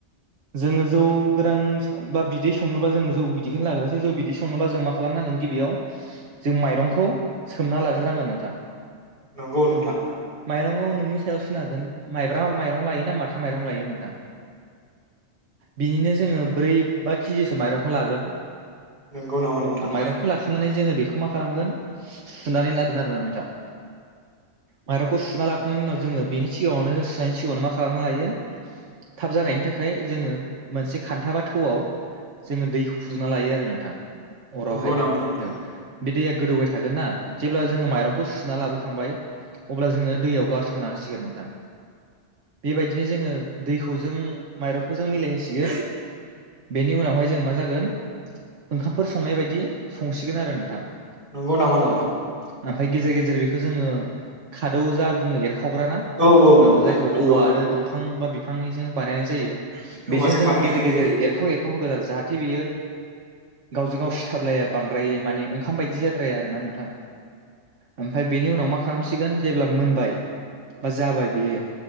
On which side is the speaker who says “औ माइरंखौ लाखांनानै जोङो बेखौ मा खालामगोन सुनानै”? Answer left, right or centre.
Right